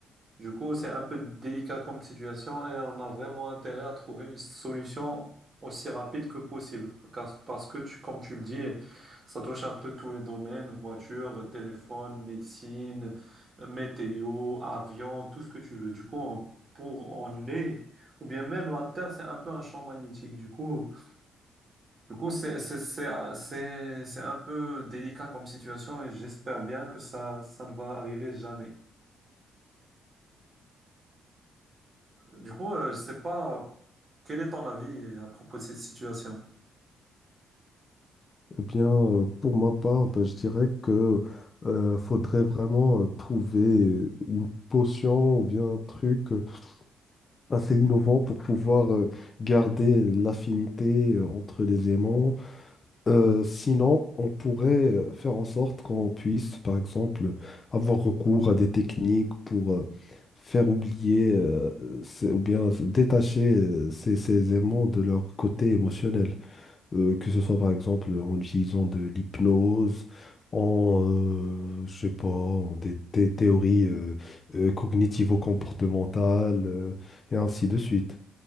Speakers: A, on the right; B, on the left.
A: Du coup, c'est un peu délicat comme situation et on a vraiment intérêt à trouver une solution aussi rapide que possible. Car- Parce que, tu, comme tu le dis, ça touche un peu tous les domaines, voiture, téléphone, médecine, météo, avion, tout ce que tu veux. Du coup, on- pour on est, ou bien même la Terre, c'est un peu un champ magnétique. Du coup, du coup, c'est, c'est, c'est, c'est c'est un peu délicat comme situation et j'espère bien que ça, ça ne va arriver jamais. Du coup, euh, je sais pas euh, quel est ton avis à propos de cette situation.
B: Eh bien, euh, pour ma part, ben, je dirais que euh, faudrait vraiment euh, trouver une potion ou bien un truc euh, assez innovant pour pouvoir euh, garder l'affinité euh, entre les aimants. Euh, sinon, on pourrait euh, faire en sorte qu'on puisse, par exemple, avoir recours à des techniques pour euh, faire oublier euh, ces- ou bien détacher euh, ces, ces aimants de leur côté émotionnel euh, que ce soit par exemple en utilisant de l'hypnose, en, euh, je sais pas, en des, thé- théories euh, euh, cognitivo-comportementales, euh, et ainsi de suite.